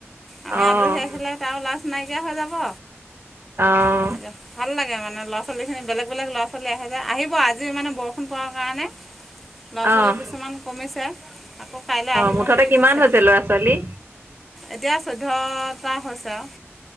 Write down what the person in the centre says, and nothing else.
আমি
আতৰি আহিলে তাৰো লাজ নাইকিয়া হৈ যাব।
তেনেকৈ ভাল লাগে মানে ল'ৰা-ছোৱালীখিনি বেলেগ বেলেগ ল'ৰা-ছোৱালী আহে যে, আহিব আজিও মানে বৰষুণ পাৰাৰ কাৰণে <unintelligible> ল'ৰা-ছোৱালী
কিছুমান কমিছে, আকৌ কাইলৈ আহিব
বুলি
কৈছে।
এতিয়া চৈধ্যয়টা হৈছে আৰু